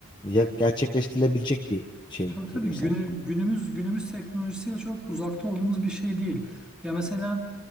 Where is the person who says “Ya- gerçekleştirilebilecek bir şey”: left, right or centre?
Left